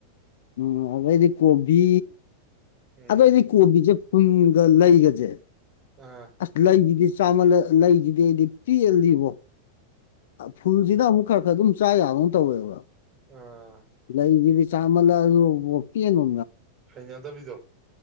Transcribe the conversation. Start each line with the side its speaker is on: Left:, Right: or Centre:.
Left: ꯎꯝ ꯑ ꯑꯩꯗꯤ ꯀꯣꯕꯤ
Right: ꯎꯝ
Left: ꯑꯗꯣ ꯑꯩꯗꯤ ꯀꯨꯕꯤ ꯆ ꯄꯨꯟꯒ ꯂꯩꯒꯁꯦ
Right: ꯑꯥ
Left: ꯑꯁꯂꯗꯤ ꯆꯥꯃ ꯂꯩꯁꯤꯗꯤ ꯑꯩꯗꯤ ꯄꯤꯍꯜꯂꯤꯁꯤꯕꯣ ꯐꯨꯜꯁꯤꯅ ꯑꯃꯨꯛ ꯈꯔ ꯈꯔ ꯑꯗꯨꯝ ꯆꯥ ꯌꯥꯕ ꯇꯧꯋꯦꯕ
Right: ꯑ
Left: ꯏ ꯂꯩꯒꯤꯗꯤ ꯆꯃꯜ ꯑꯗꯨ ꯑꯣꯄꯤꯤ ꯅꯣ
Right: ꯌꯥꯗꯕꯤꯗꯣ